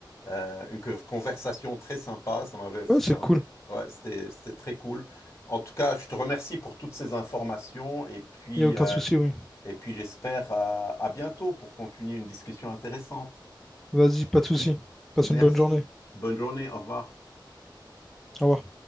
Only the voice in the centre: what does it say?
ouais, c'est cool.
Il y a aucun
souci, oui.
Vas-y, pas de souci. Passe
une bonne journée.
Au revoir.